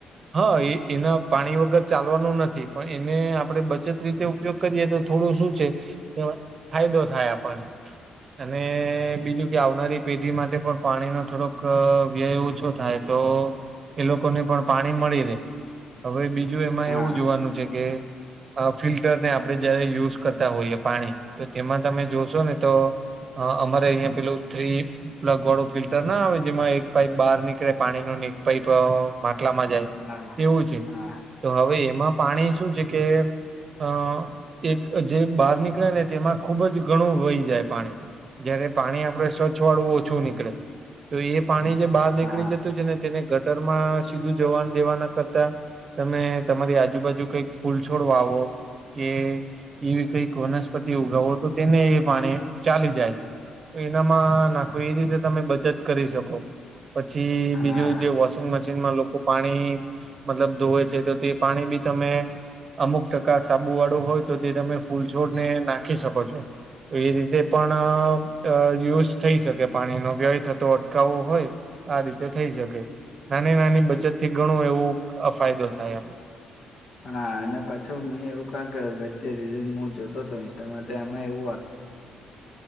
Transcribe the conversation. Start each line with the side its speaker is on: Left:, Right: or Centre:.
Right: હા, એ એના પાણી વગર ચાલવાનું નથી પણ એને આપડણે બચત રીતે ઉપયોગ. કરીએ તો થોડું શું છે, ફાયદો થાય આપણને. અને બીજું કે, આવનારી પેઢી માટે પણ પાણીનો થોડોક વ્યય ઓછો થાય તો એ લોકોને પણ પાણી મળી રહે. હવે બીજું એમાં
Left: હા
Right: એવું જોવાનું છે કે અ ફિલ્ટરને આપણે જયારે યુઝ કરતા હોઈએ, પાણી તો તેમાં તમે જોશો ને તો હ, અમારે અહિયાં પેલ થ્રી પ્લગ વાળું ફિલ્ટર ના આવે, જેમાં એક પાઈપ બહાર નીકળે પાણી ન ને એક પાઈપ માટલામાં જાય
Left: હા
Right: એવું છે
Left: હા
Right: તો હવે એમાં પાણી શું છે, કે અ એક જે બહાર નીકળે ને, તેમાં ખુબ જ ઘણું વહી જાય પાણી જયારે પાણી આપડે સ્વચ્છ વાળું ઓછું નીકળે, તો એ પાણી જે બહાર નીકળી
Left: હા
Right: જતું છેને, તેને ગટર માં સીધું જવાનું દેવાના કરતા તમે તમારી આજુબાજુ કંઈક ફૂલ છોડવા આવો કે એવી કંઈક વનસ્પતિ ઉગાવો તો તેને એ પાણી ચાલી જાય એનામાં નાખો, એ રીતે તમે બચત કરી શકો પછી
Left: હા
Right: બીજું જે વોશિંગ મશીનમાં લોકો પાણી મતલબ ધોવે છે, તો તે પાણી બી તમે અમુક ટકા સાબુ વાળું હોય તો તે તમે ફૂલછોડને નાખી શકો છો. એ રીતે પણ અ યુઝ થઈ શકે પાણીનો વ્યય થતો અટકાવો હોય, આ રીતે થઈ શકે. નાની નાની બચત થી ઘણું એવું ફાયદો થાય એમ
Left: હા, અને પાછો મેં એવું કે વચ્ચે રીલ હું જોતો હતો. ઇન્સ્ટામાંમાં એવુ